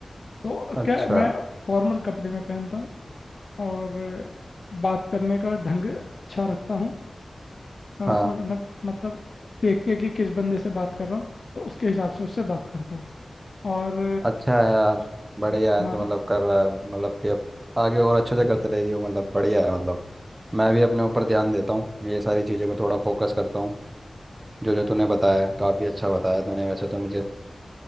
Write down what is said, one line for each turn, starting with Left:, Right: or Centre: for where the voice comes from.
Left: तो
Right: अच्छा
Left: क्या मैं फॉर्मल कपड़े में पहनता हूँ और बात करने का ढंग अच्छा रखता हूँ अ, और
Right: हाँ
Left: मत, मतलब देख के कि किस बंदे से बात कर रहा हूँ तो उसके हिसाब से उससे बात करता हूँ और
Right: अच्छा है यार बढ़िया है
Left: हाँ
Right: तू मतलब कर रहा है मतलब कि अब आगे और अच्छे से करते रही हो मतलब बढ़िया है मतलब मैं भी अपने ऊपर ध्यान देता हूँ मैं ये सारी चीज़ों पे थोड़ा फोकस करता हूँ जो जो तूने बताया काफ़ी अच्छा बताया तूने वैसे तो मुझे